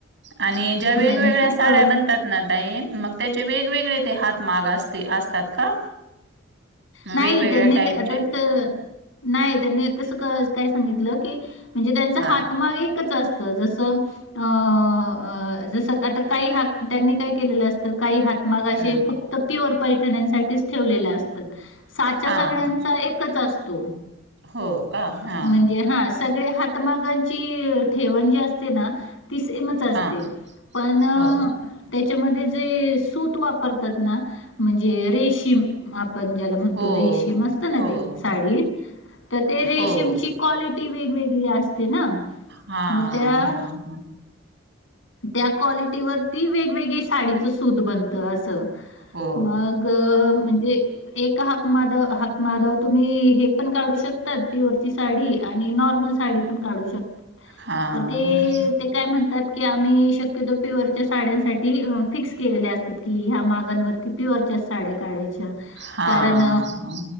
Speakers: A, on the right (about 60°); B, on the left (about 70°).
A: आणि ज्या वेगवेगळ्या
B: त्यांनी खूप
A: साड्या बनतात ना ताई मग त्याचे वेगवेगळे ते हात माग असते असतात का?
B: नाही
A: वेगवेगळ्या
B: त्यांनी
A: टाईपचे
B: ते आताच नाही त्यांनी तस काय सांगितलं की, म्हणजे त्यांचा
A: हा
B: हातमाग एकच अस त जसं अ अ जस आता काही हात त्यांनी काय केलेलं असतं, काही हात मागाचे
A: हम्म
B: फक्त प्युअर पैठण्यासाठीच ठेवलेले असतात. साच्या
A: हा
B: सगळ्यांचा
A: हा
B: एकच असतो.
A: हो का हा
B: म्हणजे हा सगळे हात हातमागांची ठेवण जी असते ना ती सेमच असते
A: हा
B: पण
A: हो
B: त्याच्यामधे जे सूत वापरतात ना, म्हणजे रेशीम आपण ज्याला म्हणतो
A: हो
B: रेशीम
A: हो.
B: असत ना
A: हो
B: ते साडी,
A: हो
B: तर ते रेशीमची
A: हो
B: क्वालिटी वेगवेगळी असते ना
A: हा
B: मग त्या
A: हा हा.
B: त्या क्वालिटीवरती वेगवेगळी साडीचं सूत बनतं असं.
A: हो
B: मग म्हणजे एका हाकमाद हाकमाद तुम्ही हे पण काढू शकतात पिओर पीस साडी आणि नॉर्मल साडी पण काढू शकतात
A: हां
B: तर ते,
A: हां
B: ते काय म्हणतात की आम्ही शक्यतो प्युअरच्या साड्यांसाठी फिक्स केलेल्या असतात, की ह्या मागांवरती प्यूअरच्याच साड्या काढायच्या.
A: हां
B: कारण
A: हां.